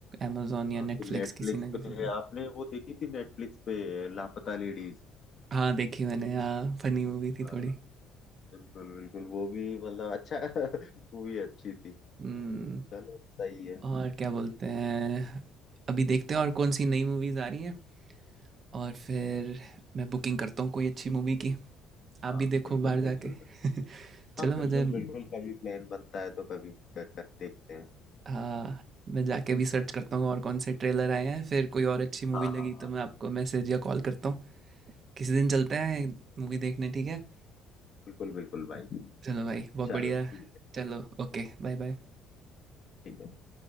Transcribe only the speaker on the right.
amazon या
नेटफ्लिक्स
किसी ना किसी
पे
हाँ देखी मैंने हाँ फनी मूवी थी
थोड़ी
हम्म
और क्या बोलते हैं अभी देखते हैं और कौन सी नई मूवीज आ रही हैं और फिर मैं बुकिंग करता हूँ कोई अच्छी मूवी की आप
भी देखो
बाहर जाके
<laughs> चलो
मुझे
हाँ मैं जाके भी सर्च करता हूँ और कौन से ट्रेलर आए हैं फिर कोई और अच्छी मूवी
लगी
तो
मैं आपको मैसेज या कॉल करता हूँ किसी दिन चलते हैं मूवी देखने ठीक है
चलो भाई बहुत
बढ़िया
चलो ओके बाय बाय